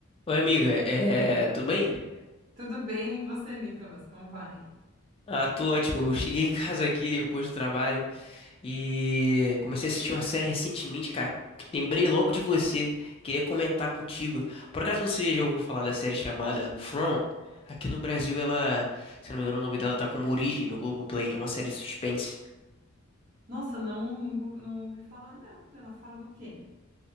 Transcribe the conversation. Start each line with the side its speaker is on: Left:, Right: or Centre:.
Left: Oi, amiga, é... tudo bem?
Right: Tudo bem, e você, Nicolas? Como vai?
Left: Ah, tô ótimo. Eu cheguei em casa aqui depois do trabalho e comecei a assistir uma série recentemente, cara. Lembrei logo de você, queria comentar contigo. Por acaso você já ouviu falar da série chamada From? Aqui no Brasil, ela, se eu não me engano, o nome dela tá como Origem no Globoplay, é uma série de suspense.
Right: Nossa, não, não, não ouvi falar, não. Ela fala do quê?